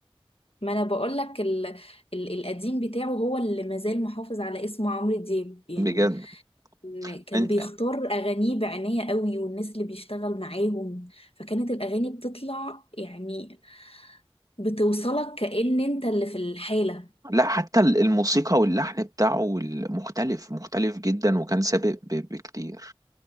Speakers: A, on the left; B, on the right.
A: ما انا بقول لك ال... ال... القديم بتاعه هو اللي مازال محافظ على اسمه عمرو دياب يعني
B: بجد
A: إن كان
B: انت
A: بيختار اغانيه بعناية قوي والناس اللي بيشتغل معاهم فكانت الاغاني بتطلع يعني بتوصلك كأن انت اللي في الحالة
B: لا حتى ال- الموسيقى واللحن بتاعه ال- مختلف مختلف جدا وكان سابق ب- بكتير